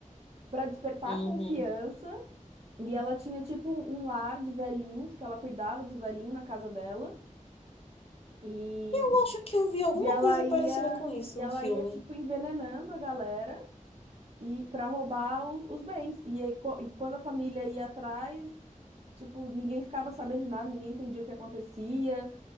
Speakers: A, on the right; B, on the left.
A: para despertar
B: Uhum.
A: confiança e ela tinha tipo um lar de velhinhos, que ela cuidava dos velhinhos na casa dela. E,
B: Eu acho que eu vi alguma
A: e ela
B: coisa
A: ia,
B: parecida com isso,
A: e ela
B: um filme.
A: ia tipo envenenando a galera e para roubar os, os bens. E, aí, co- e quando a família ia atrás, tipo, ninguém ficava sabendo de nada, ninguém entendia o que acontecia